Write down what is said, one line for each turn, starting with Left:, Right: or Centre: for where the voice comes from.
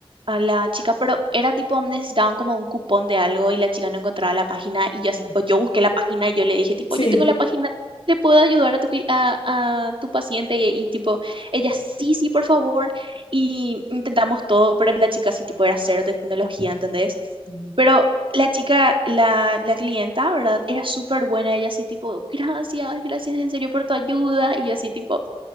Right: a la chica, pero era tipo, necesitaban como un cupón de algo y la chica no encontraba la página y yo así,
Left: mm,
Right: tipo, yo busqué la página y yo le dije, tipo,
Left: Sí.
Right: yo tengo la página, ¿le puedo ayudar a tu, cli- a, a tu paciente? Y, y, tipo, ella, sí, sí, por favor. Y intentamos todo, pero la chica sí, tipo, era cero tecnología, ¿entendés?
Left: mm.
Right: Pero... La chica, la, la clienta, ¿verdad? Era súper buena, ella así tipo, gracias, gracias en serio por tu ayuda, y yo así tipo,